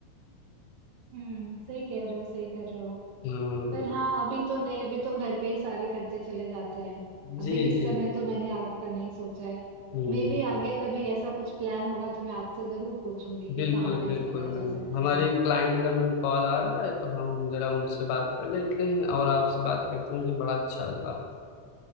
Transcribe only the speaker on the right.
हम्म सही कह रहे हो सही कर रहे हो
पर हाँ अभी तो नहीं अभी तो घर पे ही सारे खर्चे चले जाते हैं अभी
इस
समय तो मैंने आगे का नहीं सोचा है
मे भी आगे कभी ऐसा कुछ प्लान होगा तो मैं आपसे जरूर पूछूंगी कि
कहाँ पैसे
लगाए जा
सकते
हैं